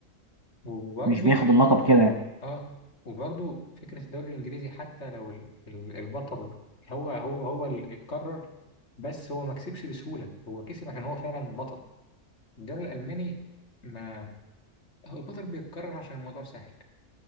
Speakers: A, on the left; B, on the right.
A: وبرده
B: مش بياخد اللقب كده يعني.
A: اه وبرده فكره الدوري الانجليزي حتى لو ال- ال- البطل هو هو هو اللي اتكرر بس هو ما كسبش بسهوله هو كسب عشان هو فعلا بطل الدوري الالماني ما هو البطل بيتكرر عشان الموضوع سهل